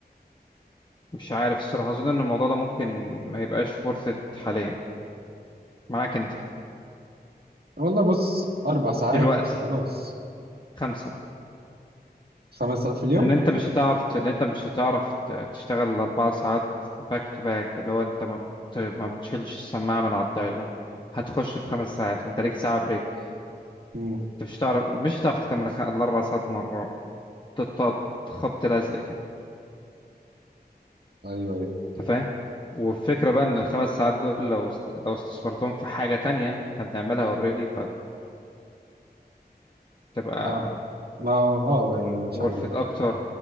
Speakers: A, on the left (about 25°); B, on the right (about 70°).
A: مش عارف الصراحة أظن إن الموضوع ده ممكن ما يبقاش ورثة حاليا معاك أنت
B: والله بص اربع ساعات
A: دلوقتي
B: وخلاص
A: خمسة
B: خمس ساعات في اليوم؟
A: لأن أنت مش هتعرف ت- لأن أنت مش هتعرف ت- تشتغل الأربع ساعات باك تو باك اللي هو أنت ما بت... ما بتشيلش السماعة من على الدايلر هتخش في خمس ساعات وأنت ليك ساعة بريك
B: امم
A: أنت مش هتعرف مش هتعرف تكمل خ... الأربع ساعات مرة تقطع خبط لزق كده
B: ايوه ايوه
A: أنت فاهم؟ والفكرة بقى إن الخمس ساعات دول لو است... لو استثمرتهم في حاجة تانية إحنا بنعملها أوريدي فتبقى
B: لا ما هو اه يعني مش
A: worth
B: عارف بقى
A: it اكتر